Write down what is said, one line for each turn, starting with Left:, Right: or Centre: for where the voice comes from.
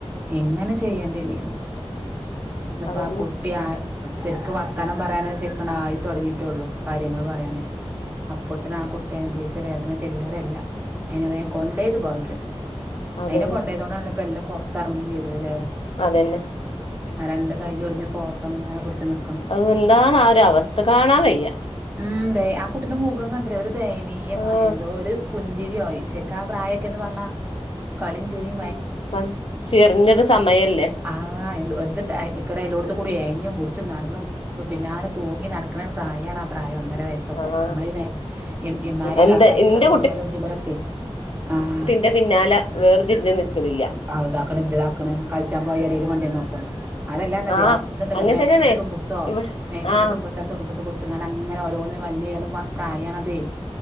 Right: ഇങ്ങനെ ചെയ്യെണ്ടില്ലേന്നു ഇത്പ്പാ
Left: അതന്നെ
Right: കു ട്ട്യാ സെര്ക്ക് വർത്തനം പറയാനേ ശരിക്ക്ട് ആയിത്തൊട്ങ്ങിറ്റൊള്ളു കാര്യങ്ങൾ പറയാന്. അപ്പോത്തിന് ആ കുട്ടി അനുഭവിച്ച വേദന ചില്ലറെല്ല. അയിനെ വേ
Left: ഉം
Right: കൊണ്ടയത് ഭാഗ്യം അയ്നെ വേം കൊണ്ടെയത് ഭാഗ്യം
Left: അതന്നെ
Right: അയ്നെ കൊണ്ടെയ്തോണ്ടാണല്ലൊപ്പ എല്ലം പൊർത്തർങ്ങിം ചെയ്തത് ലേ.
Left: അതന്നെ.
Right: ആ രണ്ട് കയ്യൊട്ഞ്ഞ ഫോട്ടൊങ്ങനെ പുട്ച്ച്ന്ന്.
Left: അതെന്താണ് ആ ഒരു അവസ്ഥ കാണാൻ വയ്യ.
Right: ഉം ദെ ആ കുട്ടിന്റെ മുഖം കണ്ടിലെ ഒരു ദയനീയമായ
Left: ആഹ്
Right: എന്തോ ഒര്. പുഞ്ചിരിയോയി ശെരിക്ക് ആ പ്രായൊക്കെന്ന് പറഞ്ഞാ കളീം ചിറിം.
Left: ഉം പ ചെറിഞ്ഞൊരു സമയല്ലെ.
Right: ആഹ് എന്തു എന്തിട് ആയ് അയ്കൂടെ എല്ലോട്ത്തു കൂടി എയഞ്ഞും പുട്ച്ചും നട്ന്നും. അപ്പ പിന്നല തൂങ്ങി നടക്ക്ണരു പ്രായാണാ പ്രായം ഒന്നര വയസ്സ്. ഇതൊക്കെ
Left: ആഹ്
Right: നമ്മളി വയസ് ഇ ഇമ്മാരി
Left: എന്റെ
Right: വാപ്പാരി
Left: ഇന്റെ
Right: ഒക്കെ തുണിമലും ഇതിമലൊക്കെയ് ആഹ്.
Left: ന്റെ പിന്നാല വേർതിരിഞ്ഞ് നിക്കലില്ല.
Right: ആവ് ഇതാക്ക്ണ് ഇഞ്ച താക്ക്ണ് കൾച്ചാമ്പോയടേല് മണ്ട്യന്ന് നോക്കോലൊ. അതെല്ലാ പറഞ്ഞതെ
Left: ആഹ്
Right: ആ ഇത്ണ്ടല്ലോ
Left: അങ്ങനെ
Right: മാക്സിൻ്റെ
Left: തന്നെയാണ്
Right: തുമ്പുത്തോ
Left: ഇവിടെ
Right: മാക്സിൻ്റെ
Left: ആഹ്
Right: തുമ്പ <unintelligible> ഇപ്പ ഇത് പുട്ച്ച്ങ്ങാണ്ടങ്ങനെ ഓരോന്ന് വൽഞ് <unintelligible> പ്രായാണതെ.